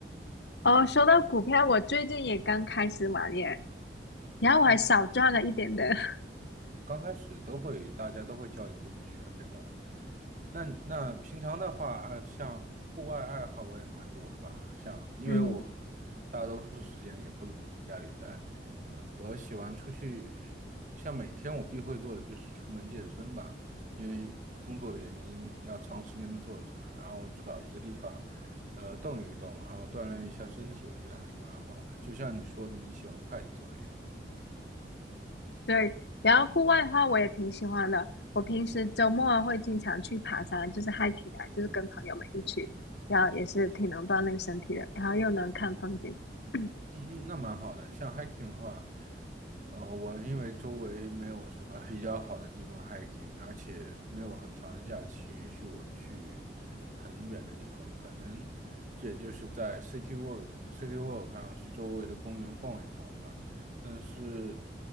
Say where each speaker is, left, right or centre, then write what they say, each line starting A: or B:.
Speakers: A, on the left; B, on the right.
A: 哦，说到股票，我最近也刚开始玩耶，然后我还少赚了一点的，
B: 嗯，
A: <laughs>
B: 刚开始都会大家都会交一部分学费吧，那那平常的话，啊，像户外爱好我也蛮多的吧，像因为我
A: 嗯，
B: 大多数时间也不怎么在家里待，呃，我喜欢出去，像每天我必会做的就是出门健身吧，因为工作的原因要长时间的坐着，然后找一呃动一动，然后锻炼一下身体，我觉得还是蛮好的。就像你说的，你喜欢快走一样。
A: 对。然后户外的话，我也挺喜欢的。我平时周末啊会经常去爬山，就是 hiking 啊，就是跟朋友们一起，然后也是挺能锻炼身体的，然后又能看风景。<coughs> <clears throat>
B: 嗯，那蛮好的。像 hiking 的话，呃，我因为周围没有什么比较好的地方 hiking，而且没有很长的假期允许我去很远的地方，可能也就是在 city walk city walk 上去周围的公园逛一逛吧。但是，